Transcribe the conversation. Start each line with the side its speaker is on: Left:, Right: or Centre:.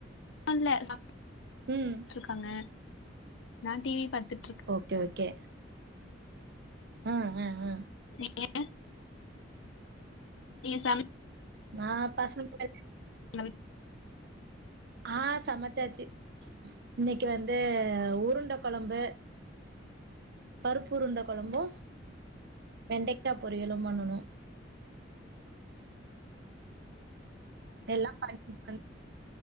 Left: இல்ல சாப்
Right: ம்
Left: பாங்க நா டி வி பாத்துட்
Right: ஓகே ஓகே ஆ அ ஆ
Left: <unintelligible> நீங்க சம
Right: ஆ பசங்கூட
Left: <unintelligible>
Right: ஆ சமச்சாச்சி இன்னைக்கி வந்து உருண்ட கொழம்பு பருப்புருண்ட கொழம்பு வெண்டைக்கா பொரியலு பண்ணுணோ எல்லா பண் <unintelligible>